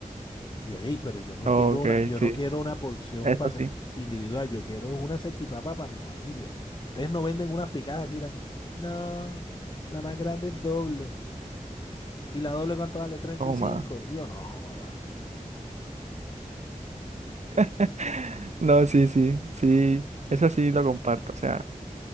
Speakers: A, on the left (about 35°); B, on the right (about 55°).
A: Yo, hey, pero yo no
B: ok,
A: quiero una, yo
B: sí,
A: no quiero una porción
B: eso
A: pa-
B: sí,
A: po- individual, yo quiero una salchipapa para mi familia. Ustedes no venden unas picadas así tan. No, la más grande es doble. ¿Y la doble cuánto vale? treinta
B: toma.
A: y cinco Yo no joda.
B: <laughs> No, sí, sí, sí, eso sí lo comparto. O sea,